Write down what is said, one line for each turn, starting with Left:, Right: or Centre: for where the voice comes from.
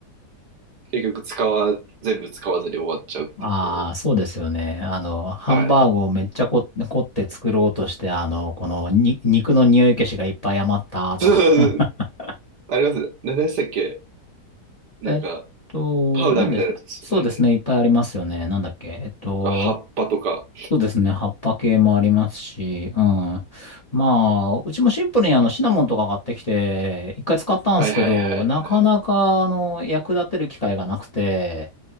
Right: 結局使わ、全部使わずに終わっちゃうっていうことが多いです。
Left: ああ、そうですよね。あの、ハンバーグをめっちゃこ、
Right: はい。
Left: 凝って作ろうとして、あの、このに、肉の匂い消しがいっぱい余ったとか
Right: <laughs> そうそうそう
Left: <laughs>
Right: あります。な何でしたっけなんか、
Left: えっと、
Right: パウダーみたいなやつですよね。
Left: なんでしたそうですね。いっぱいありますよね。なんだっけ。えっと、
Right: とか、葉っぱとか。
Left: そうですね。葉っぱ系もありますし、うん。まあ、うちもシンプルにあの、シナモンとか買ってきて、一回使ったんですけど、
Right: はいはいはいはい。
Left: なかなか、あの、役立てる機会がなくて、